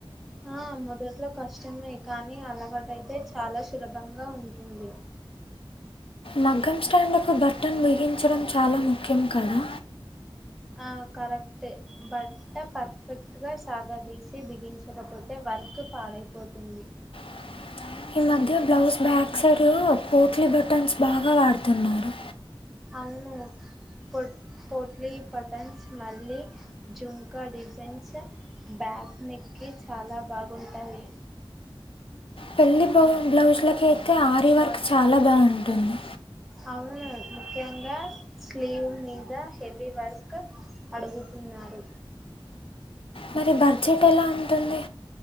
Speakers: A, in the centre; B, on the left.
A: ఆ మొదట్లో కష్టమే కానీ అలవాటైతే చాలా సులభంగా ఉంటుంది
B: మగ్గం స్టాండ్లకు బట్టన్ బేగించడం చాలా ముఖ్యం కదా
A: ఆ కరెక్ట్ బట్ట పర్ఫెక్ట్ గా సాగదసి బిగించకపోతే వ వర్క్ పాడైపోతుంది
B: అ ఈ మధ్య blouse back side potli buttons బాగా వాడుతున్నారు
A: అవును పోట్ పోట్లీ బటన్స్ మళ్ళీ జుంకా డిజైన్స్ బ్యా క్ నెక్కి చాలా బాగుంటాయి
B: పెళ్లి బ్లౌజ్లకైతే ఆరీ వర్క్ చాలా బాగుంటుంది
A: అవును ముఖ్యంగా స్లీవ్ మీద హెవీ వర్క్ అడుగుతుం న్నరు
B: మరి బడ్జెట్ ఎలా ఉంటుంది